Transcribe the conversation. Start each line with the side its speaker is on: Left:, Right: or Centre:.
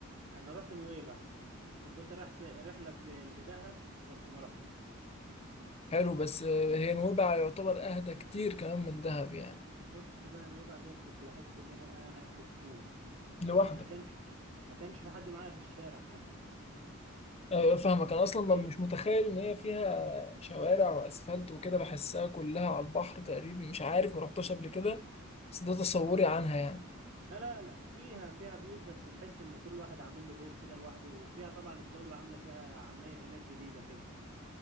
Right: انا رحت نويبع وكنت رايح س- رحله ل- لدهب بس ما رحت
Left: حلو بس آه، هي نويبع يعتبر اهدى كتير كمان من دهب يعني
Right: بص بقى نويبع ديت كنت بحس ان انا قاعد في سكوت
Left: لوحدك
Right: ما كانش ما كانش في حد معايا في الشارع حتى
Left: آه، فاهمك
Right: انت فاهمني
Left: انا اصلا ما- مش متخيل ان هي فيها شوارع واسفلت وكده بحسها كلها على البحر تقريبا مش عارف ما رحتش قبل كده بس ده تصوري عنها يعني
Right: لا لا لا فيها فيها بيوت بس تحس ان كل واحد عامل له بيت كده لوحده وفيها طبعا الدوله عامله فيها عماير هناك جديده كده